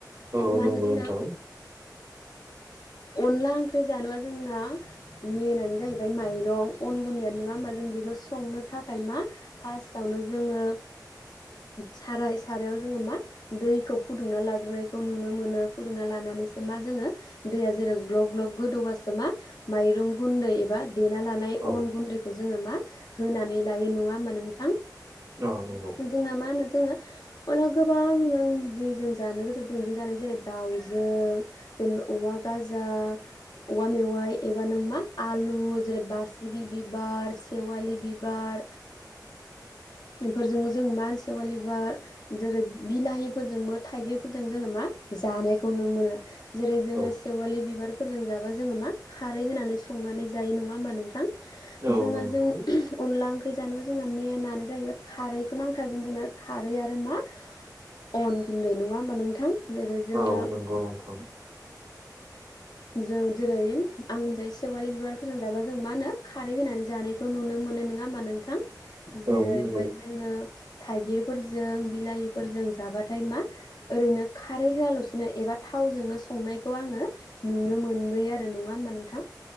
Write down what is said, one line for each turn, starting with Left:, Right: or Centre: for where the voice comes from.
Right: औ
Left: मा
Right: नोंगौ
Left: होनो जोंना
Right: नोंथां।
Left: अनला ओंख्रि जानोबा जोंना मेनआनो जाहैबाय माइरं अन गुन्दैयानो नङा होमबा जों बेखौ संनो थाखाय मा फार्स्टआवनो जोङो साराय सारायाव जोङो मा दैखौ फुदुंना लाग्रोनायखौ नुनो मोनो फुदुंना लानानैसो मा जोङो दैया जेराव ग्लब ग्लब गोदौबासो मा माइरं गुन्दै एबा देना लानाय
Right: औ
Left: अन गुन्दैखौ जोङो मा होनानै लायो नङा होमबा नोंथां?
Right: औ नोंगौ
Left: जोंना मा होनो जोङो अनलाखो गोबां जों जेजों जानो गोसो <unintelligible> दाउजों औवा‌ गांजा, औवा मेवाइ एबा नों मा आलु जेरै बासिगि बिबार सेवालि बिबार बेफोरजों जों मा सेवालि बिबार जेरै बिलाहिफोरजोंबो थाइगिरफोरजों जोङो मा जानायखौ नुनो मोनो। जेरै जोङो
Right: औ
Left: सेवालि बिबारफोरजों फोरजों जाबा जोङो मा खारै होनानै संनानै जायो नङा होमबा नोंथां?
Right: औ
Left: जोङो
Right: नंगौ
Left: जों अनला ओंख्रि जानो जोंना मेन आनो जाहैबाय खारैखौ नांथारगो गोन जोंनो खारै आरो मा अन गुन्दै नङा होमबा नोंथां? जेरै जोङो
Right: औ नंगौ नोंथां
Left: जों जेरै आं जाय सेवालि बिबारफोरोजों जाबा जों मा होनो खारै होनानै जानायखौ नुनो मोनो नङा होमबा नोंथां? जेरै
Right: औ नंगौ
Left: ओमफाय जोङो थाइगिरफोरजों बिलाहिफोरजों जाबाथाय मा ओरैनो खारै होआलसिनो एबा थावजोंनो संनायखौ आङो नुनो मोनबोयो आरो नङा होमबा नोंथां?